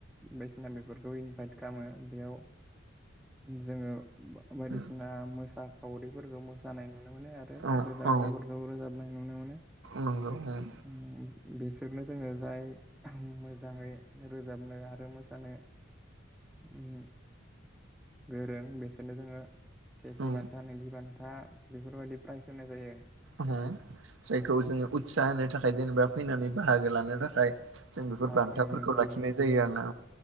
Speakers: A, in the centre; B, on the right.
A: बायदिसिना बेफोरखौ इनभाइट खालामो बेयाव जोङो बायदिसिना
B: औ
A: मोसा खावरिफोरखौ मोसानाय नुनो मोनो आरो
B: औ
A: रोजाबग्राफोरखौ
B: औ
A: रोजाबनाय नुनो मोनो।
B: नंगौ औ
A: ओम बिसोरनो जोङो जाय मोजाङै रोजाबनो आरो मोसानो ओम गोरों बेसोरनो जोङो सेथि
B: औ
A: बान्था नैथि बान था बेफोरबायदि प्राइज होनाय जायो।
B: जायखौ जोङो उत्साह होनो थाखाय जेनेबा फैनानै बाहागो लानो। बेनि थाखाय जों बेफोर
A: अ
B: बान्था
A: उम
B: फोरखौ
A: नोंथां
B: लाखिनाय
A: उम
B: जायो आरोना